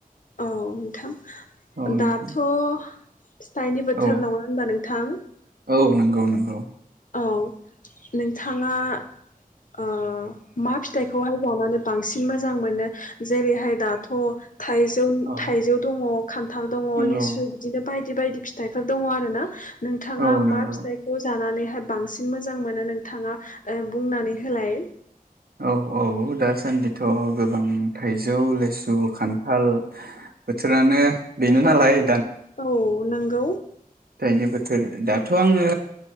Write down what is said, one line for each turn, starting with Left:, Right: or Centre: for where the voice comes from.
Left: औ नोंथां।
Right: औ नोंथां
Left: दाथ' फिथाइनि बोथोर
Right: औ
Left: नङा होनबा नोंथां
Right: औ नंगौ नंगौ
Left: औ नोंथाङा ओ मा फिथाइखौहाय जानानै बांसिन मोजां मोनो जेरैहाय दाथ थाइजौ
Right: औ
Left: थाइजौ दङ खान्थाल दङ
Right: नंगौ
Left: लिसु बिदिनो बाय बिबायदि फिथाइफोर दङ आरो ना नोंथाङा
Right: औ
Left: मा
Right: नंगौ
Left: फिथाइखौ जानानै बांसिन मोजां मोनो नोंथाङा ओ बुंनानै होलाय।
Right: औ औ दा न्दिथ गोबां थाइजौ। लेसु, खान्थ थाल बोथोरानो बेनो नालाय
Left: औ नंगौ
Right: थाइनि बोथोर दाथ' आङो